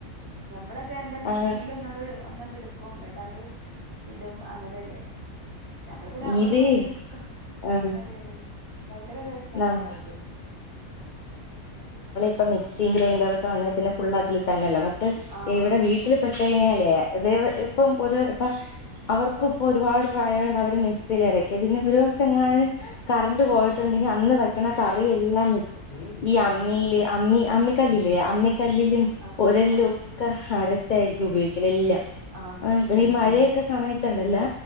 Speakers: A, on the right (about 40°); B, on the left (about 80°).
A: ഞമ്മളൊക്കെ എന്ത മിക്സീല്
B: ആ
A: ഒന്നണ്ട് ഒന്നണ്ട്ട്ക്കും ഇന്ന്ട്ടാണ്ട് ഇടും അങ്ങനെല്ലേ ഞമ്മള് പിന്നെ അതൊന്നും
B: ഇത്
A: ചേർക്കാൻ
B: ആ
A: മടിയാണ് ഭയങ്കര രസാണവര്ത്
B: നം ഇപ്പ മിക്സിം ഗ്രൈൻഡറൊക്കെ വന്നേ പിന്നെ ഫുൾ അതില് തന്നെല്ലെ മറ്റ്
A: ആഹ്
B: ഇവിടെ വീട്ടിൽ
A: ആഹ്
B: പെട്ട് ഴിഞ്ഞാലേ <unintelligible> ഇപ്പം ഒര് അവർക്ക്പ്പോ ഒരുപാട് പ്രായ ട്ടഅവര് മിക്സിലരക്ക പിന്നെപ്പൊരു ട്ടെങ്ങാനു കറണ്ട് പോയിട്ടുണ്ടെങ്കി അന്ന് വെക്ക്ണ കറിയല്ലാം <unintelligible> ഈ അന് മ്മീല് അമ്മി അമ്മിക്കല്ലില്ലേ അമ്മി കല്ലിലും
A: ആഹ്
B: ഒരല്‌ലൊക്കെ
A: ആഹ് ആഹ്
B: അരച്ചായിരിക്കും ഉപയോഗിക്കലെല്ലാം
A: ആഹ് ഉം
B: ഈ മഴയൊക്കെ
A: ഉം
B: സമയത്ത്ണ്ടല്ലാ